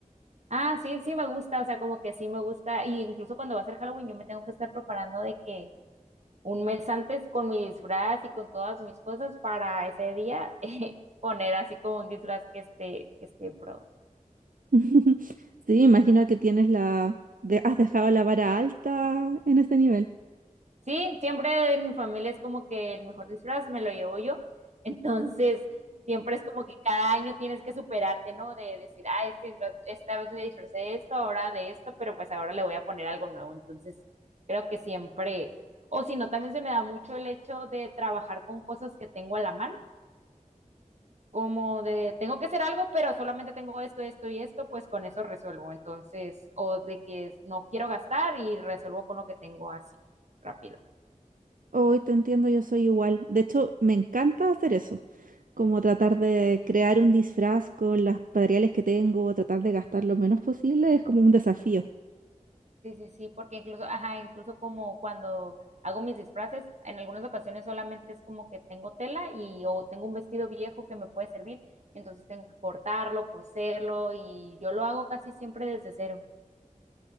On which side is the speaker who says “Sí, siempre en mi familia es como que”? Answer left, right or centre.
Right